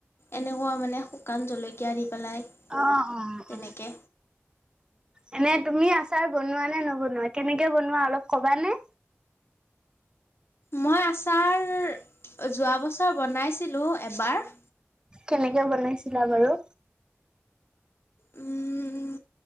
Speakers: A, on the left (about 60°); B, on the right (about 20°).
A: এনেকুৱা মানে শুকান জলকীয়া দি পেলাই
B: অঁ, অঁ,
A: তেনেকে।
B: অঁ এনে তুমি আছ আছাৰ বনোৱা নে নবনোৱা কেনেকে বনোৱা অলপ কবা নে?
A: মই আচাৰ যোৱা বছৰ বনাইছিলো এবাৰ।
B: কেনেকে বনাইছিলা বাৰু?
A: উম